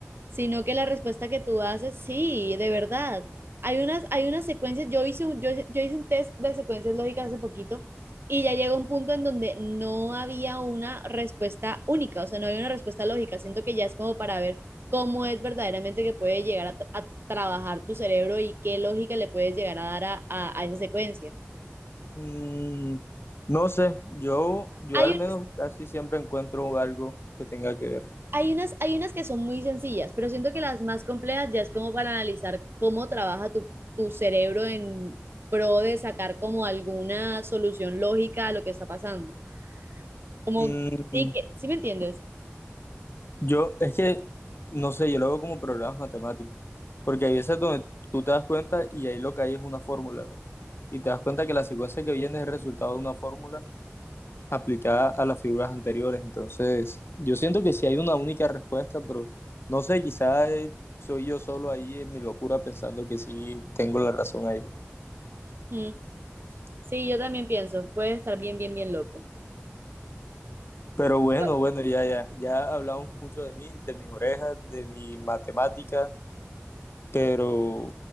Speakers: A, on the right; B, on the left.
A: sino que la respuesta que tú haces, sí, de verdad. Hay unas, hay unas secuencias, yo hice, un- yo, yo hice un test de secuencias lógicas hace poquito y ya llegó un punto en donde no había una respuesta única, o sea, no había una respuesta lógica. Siento que ya es como para ver cómo es verdaderamente que puede llegar a, tra- a trabajar tu cerebro y qué lógica le puedes llegar a dar a, a, a esa secuencia.
B: Mm, no sé, yo, yo
A: Hay
B: al
A: unas
B: menos casi siempre encuentro algo que tenga que ver.
A: Hay unas, hay unas que son muy sencillas, pero siento que las más complejas ya es como para analizar cómo trabaja tu, tu cerebro en pro de sacar como alguna solución lógica a lo que está pasando. Como,
B: Mm,
A: sí, que, ¿sí me entiendes?
B: yo, es que, no sé, yo lo veo como programas matemáticos, porque hay veces donde tú te das cuenta y ahí lo que hay es una fórmula, y te das cuenta que la secuencia que viene es el resultado de una fórmula aplicada a las figuras anteriores. Entonces, yo siento que sí hay una única respuesta, pero no sé, quizás eh, soy yo solo ahí en mi locura pensando que sí tengo la razón ahí.
A: Mm, sí, yo también pienso, puede estar bien, bien, bien loco.
B: Pero bueno,
A: Yo-
B: bueno, ya, ya, ya hablamos mucho de mí, de mis orejas, de mi matemática Pero